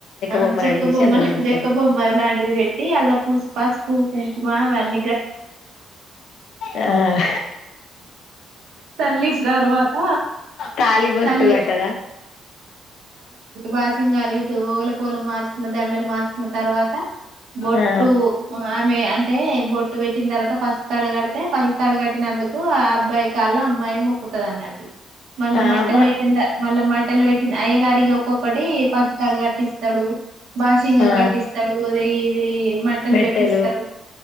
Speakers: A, on the right (about 75°); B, on the left (about 75°).
A: ఆ
B: బొమ్మ
A: చెక్క
B: రెడీ చేసి
A: బొమ్మ
B: అందులో పెడతారు
A: చెక్క బొమ్మ ఎలా అడిది పెట్టి అలా పూ పసుకు కకు మా వెళ్ళ
B: ఆ
A: సల్లిస్ తర్వాత
B: కాలి పట్టు
A: సల్లి
B: కట్టద
A: బాసింగారు ఇటు గల కోలు మార్చుకున్న దండలు మార్చుకున్న తర్వాత బొట్టు
B: ఆ
A: ఆమె అంటే బొట్ తర్వాత పస్పు తడుగడితే పస్ తడుగట్టినందుకు ఆ అబ్బాయి కాల్లో అమ్మాయి మొక్కుతుంది అన్నట్టు మల్ల
B: ఆ
A: మట్టలు
B: మా
A: పెట్టింద మల్ల మ ట్టలు పెట్టి అయ్యగారికి ఒక్కొక్కటి పసుపు తాడు కట్టిస్తడు <unintelligible>
B: ఆ
A: కట్టిస్తడు <unintelligible> రీ మట్టలు
B: మెట్టెలు
A: పెట్టిస్తరు